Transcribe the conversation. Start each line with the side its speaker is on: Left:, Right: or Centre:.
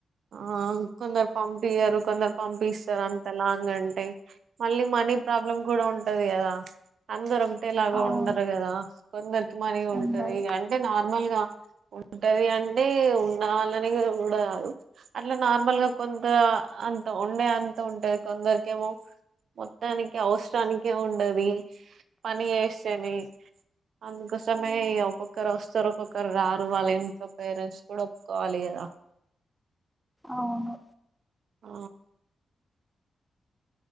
Right: ఆ కొందరు పంపియరు కొందరు పంపిస్తారు అంత లాంగ్ అంటే మళ్ళీ మనీ ప్రాబ్లం కూడా ఉంటది కదా అందరం ఎలాగ
Centre: అవును
Right: ఉండరు కదా కొందరు మని ఉంటది
Centre: ఉన్నది
Right: అంటే నా నార్మల్గా ఉంటది అంటే ఉండవాలని ఉండదు అట్లా నార్మల్ గా కొంత అంత ఉండే అంత ఉంటంది కొందరికేమో మొత్తానికి అవసరానినికి ఉండది పని చేస్తేని అందుకోసమే ఒక్కొక్కరు వస్తారు ఒక్కొక్కరు రారు వాళ్ళ ఇంట్లో పేరెంట్స్ కూడా ఒప్పుకోవాలి కదా
Centre: అవును
Right: ఆ